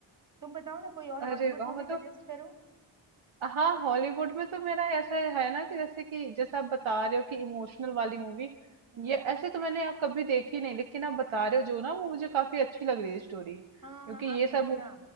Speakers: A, on the right; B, on the right.
A: तुम बताओ ना कोई और हॉलीवुड
B: अरे वाह
A: मूवी
B: मतलब
A: सजेस्ट करो
B: हाँ हॉलीवुड में तो मेरा ऐसा है ना कि जैसे कि जैसा आप बता रहे हो कि इमोशनल वाली मूवी
A: हम्म
B: ये ऐसे तो मैंने आप कभी देखी नहीं लेकिन आप बता रहे हो जो ना वो मुझे काफी अच्छी लग रही है स्टोरी क्योंकि
A: हाँ
B: ये
A: आप देखना
B: सब